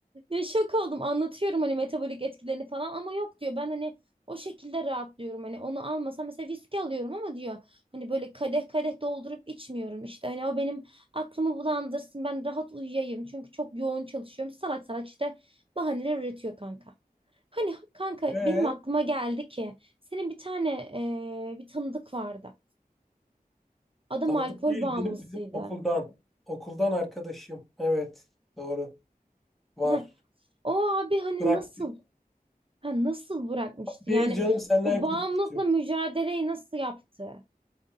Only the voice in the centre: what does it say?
Ee,
tanıdık
değil.
Benim bizim okuldan. Okuldan arkadaşım. Evet. Doğru. Var.
Bırak
değil
canım senden
küçüktür.